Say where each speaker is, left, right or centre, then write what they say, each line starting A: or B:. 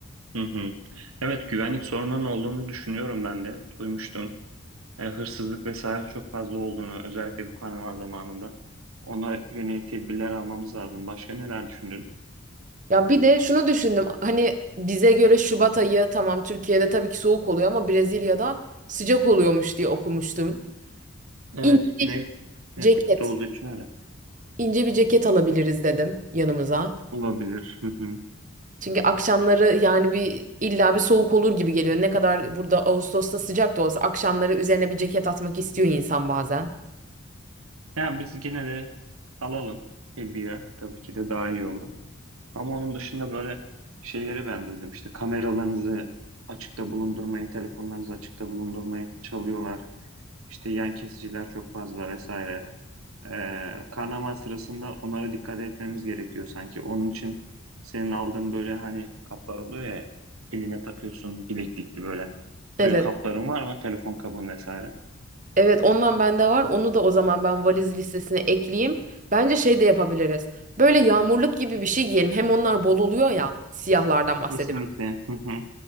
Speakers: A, on the right (about 85°); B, on the right (about 35°).
A: Hı hı. Evet, güvenlik sorununun olduğunu düşünüyorum ben de. Duymuştum. E, hırsızlık vesaire çok fazla olduğunu, özellikle bu karnaval zamanında. Ona yönelik tedbirler almamız lazım. Başka neler düşündün?
B: Ya bir de şunu düşündüm. Hani bize göre Şubat ayı tamam Türkiye'de tabii ki soğuk oluyor ama Brezilya'da sıcak oluyormuş diye okumuştum.
A: Evet,
B: İnce
A: Güney, Güney
B: ceket,
A: Kutup'ta olduğu için öyle.
B: ince bir ceket alabiliriz dedim yanımıza.
A: Olabilir. Hı hı.
B: Çünkü akşamları yani bir illa bir soğuk olur gibi geliyor. Ne kadar burada Ağustos'ta sıcak da olsa akşamları üzerine bir ceket atmak istiyor insan bazen.
A: Yani biz gene de alalım tedbire. Tabii ki de daha iyi olur. Ama onun dışında böyle şeyleri ben duydum. İşte kameralarınızı açıkta bulundurmayın, telefonlarınızı açıkta bulundurmayın, çalıyorlar. İşte yan kesiciler çok fazla vesaire. Ee, karnaval sırasında onlara dikkat etmemiz gerekiyor sanki. Onun için senin aldığın böyle hani kaplar oluyor ya eline takıyorsun bileklikli böyle.
B: Evet.
A: Öyle kapların var mı? Telefon kabın vesaire.
B: Evet ondan bende var. Onu da o zaman ben valiz listesine ekleyeyim. Bence şey de yapabiliriz. Böyle yağmurluk gibi bir şey giyelim. Hem onlar bol oluyor ya. Siyahlardan bahsediyorum.
A: Kesinlikle. Hı hı.